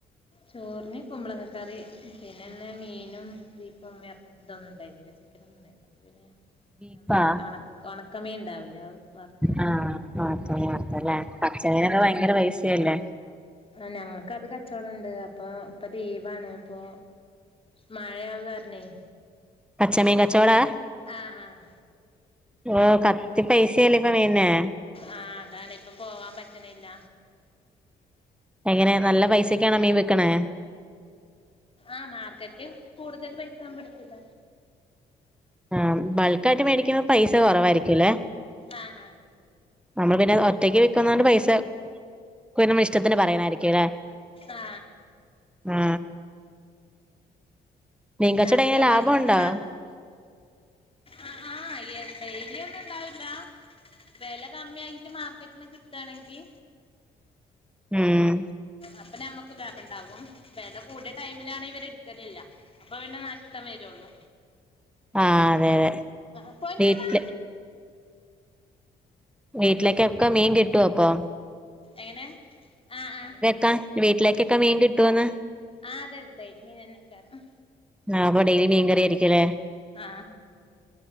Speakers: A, on the left (about 30°); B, in the centre.
A: ചോറിന് കുമ്പളങ്ങകറി പിന്നെന്ന് മീനും ബീഫും എറ ഇതൊന്നും ഉണ്ടായില്ല ചിക്കനൊന്നും ഉണ്ടായില്ല അപ്പ പിന്നെ
B: ബീഫാ
A: ഞമ്മളെ ഒണക്ക ഒണക്കമീൻ ഉണ്ടാവൂലെ അത് വറുത്ത്
B: ആ <unintelligible> പച്ചമീനൊക്കെ ഭയങ്കര പൈസയല്ലേ
A: ആ ഞങ്ങക്കത് കച്ചോടം ഉണ്ട് അപ്പൊ ഇപ്പൊ ലീവാണ് ഇപ്പൊ മാഴാക കാരണേയ്
B: പച്ചമിൻ കച്ചോടാ
A: ആ ആ
B: ഏ കത്തി പൈസയല്ലേ ഇപ്പൊ മീനിന്
A: ആ അതാണ് ഇപ്പൊ പോവാൻ പറ്റണില്ല.
B: എങ്ങനെ നല്ല പൈസക്കാണോ മീൻ വിക്കണേ?
A: ആ മാർക്കറ്റില് കൂടുതൽ പൈസ ആകുമ്പോ ഇട്ക്കില്ല.
B: ആ ബൾക്കായിട്ട് മേടിക്കുമ്പോ പൈസ കൊറവായിരിക്കുംല്ലേ
A: ആ ആ
B: നമ്മൾ പിന്നെ ഒ ഒറ്റയ്ക്ക് വിക്കുന്നോണ്ട് പൈസ കു ന ഇഷ്ടത്തിന് പറയാനായിരിക്കുംല്ലേ
A: ആ
B: ആ മീൻകച്ചോടടെങ്ങനെ
A: നല്ല
B: ലാഭം
A: പൈസക്ക്
B: ഒണ്ടോ? <inaudible>
A: അ ആ ഡെയിലി ഒന്നുണ്ടാവില്ല. വെല കമ്മിയായിട്ട് മാർക്കറ്റിന്ന് കിട്ടാണെങ്കി
B: മ്മ്
A: അപ്പൊ നമ്മക്കും ലാഭണ്ടാവും വെല കൂടിയ ടൈമിലാണ് ഇവര് ഇടുക്കലില്ല അപ്പൊ പിന്നെ നഷ് ട്ടം വരൊള്ളൂ.
B: ആ അതെ അതെ
A: ആ പൊന്നു
B: വീട്ടില്
A: വാ
B: വീട്ടിലേകൊക്കെ മീൻ കിട്ടുവോ അപ്പൊ
A: എങ്ങനെ ആ ആ
B: ക്ക വീട്ടിലേക്കൊക്കെ മീൻ കിട്ടുവോന്ന്
A: ആ അതെ അതെ മീൻ തന്നെക്കാരം.
B: ആ അപ്പൊ ഡെയിലി മീൻ കറിയായിരിക്കുംല്ലേ
A: ആ